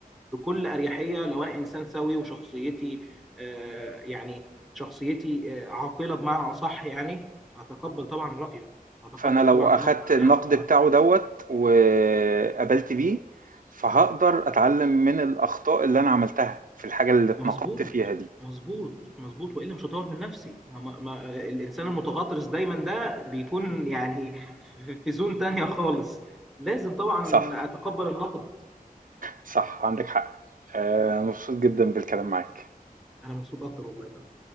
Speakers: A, in the centre; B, on the right (about 60°).
A: بكل أريحية لو أنا إنسان سوي وشخصيتي آآ يعني شخصيتي آآ عاقلة بمعنى أصح يعني، هاتقبّل طبعًا رأيه، هاتقبّل
B: فانا لو
A: طبعًا
B: اخدت
A: النقد
B: النقد
A: بتاعه.
B: بتاعه دوت وقبلت بيه فهقدر اتعلم من الاخطاء اللي انا عملتها في الحاجة اللي اتنقدت
A: مضبوط،
B: فيها دي
A: مضبوط، مضبوط، وإلا مش هاطوّر من نفسي، ما ما ما الإنسان المتغطرس دايمًا ده بيكون يعني في في zone تانية خالص، لازم طبعًا
B: صح
A: أتقبّل النقد،
B: صح عندك حق آه، مبسوط جدا بالكلام معاك
A: أنا مبسوط أكتر والله يا فندم.